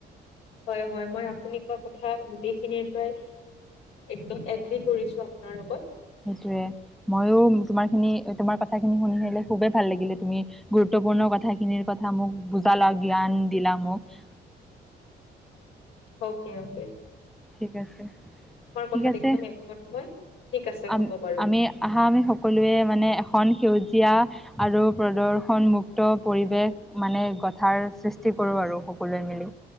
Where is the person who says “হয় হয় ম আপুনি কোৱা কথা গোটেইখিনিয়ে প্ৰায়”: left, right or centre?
Left